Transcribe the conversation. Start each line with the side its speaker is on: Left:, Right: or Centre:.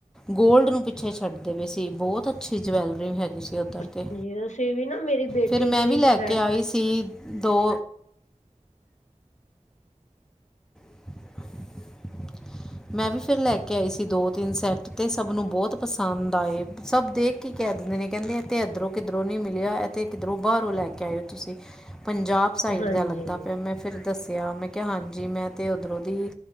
Centre: ਗੋਲਡ ਨੂੰ ਪਿੱਛੇ ਛੱਡਦੇ ਪਏ ਸੀ, ਬਹੁਤ ਅੱਛੀ ਜਵੈਲਰੀ ਹੈਗੀ ਸੀ ਉੱਧਰ ਤੇ।
Left: ਹਾਂ ਅਸੀਂ ਵੀ ਨਾ ਮੇਰੀ ਬੇਟੀ
Centre: ਫਿਰ ਮੈਂ
Left: ਦੀ
Centre: ਵੀ ਲੈ
Left: ਫਰੈਂਡ
Centre: ਕੇ ਆਈ ਸੀ ਦੋ। <unintelligible> ਮੈਂ ਵੀ ਫਿਰ ਲੈ ਕੇ ਆਈ ਸੀ ਦੋ-ਤਿੰਨ ਸੈਟ ਤੇ ਸਭ ਨੂੰ ਬਹੁੱਤ ਪਸੰਦ ਆਏ ਸਭ ਦੇਖ ਕੀ ਕਹਿ ਦਿੰਦੇ ਨੇ ਕਹਿੰਦੇ ਤੇ ਇਧਰੋਂ ਕਿੱਧਰੋਂ ਨੀ ਮਿਲਿਆ ਤੇ ਕਿਧਰੋਂ ਬਾਹਰੋਂ ਲੈ ਕੇ ਆਏ ਓ ਤੁਸੀਂ। ਪੰਜਾਬ ਸਾਈਡ
Left: ਹਾਂਜੀ,
Centre: ਦਾ ਲੱਗਦਾ ਪਿਆ, ਮੈਂ ਫਿਰ ਦੱਸਿਆ। ਮੈਂ ਕਿਹਾ, ਹਾਂਜੀ ਮੈਂ ਤੇ ਉੱਧਰੋਂ ਦੀ